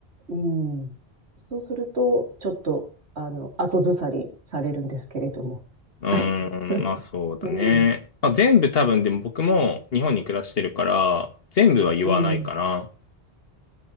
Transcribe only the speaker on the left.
うん。
まあ、そうだね。
まあ、全部多分、でも僕も日本に暮らしてるから、全部は言わないかな。